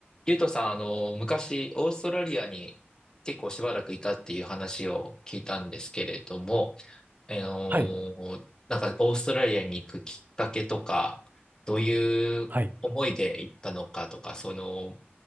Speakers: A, on the left; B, on the right.
A: ゆうとさん、あの、昔、オーストラリアに結構しばらくいたっていう話を聞いたんですけれども、あのーなんか、
B: はい。
A: オーストラリアに行くきっかけとか、どういう思いで行ったのかとか、
B: はい。
A: その、